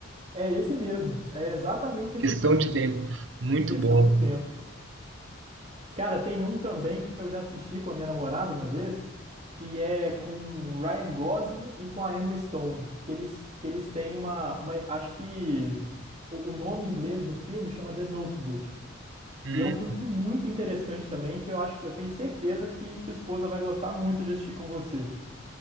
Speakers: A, on the right (about 30°); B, on the right (about 60°).
A: é esse mesmo. É exatamente esse
B: questão
A: filme.
B: de tempo. Muito
A: Questão
B: bom.
A: de tempo. Cara, tem um também que eu já assisti com a minha namorada uma vez, que é com o Ryan Gosling e com a Emma Stone, que eles, que eles têm uma, uma, acho que o, o nome em inglês do filme chama The Notebook.
B: Hum.
A: E é um filme muito interessante também, que eu acho, eu tenho certeza que sua esposa vai gostar muito de assistir com você.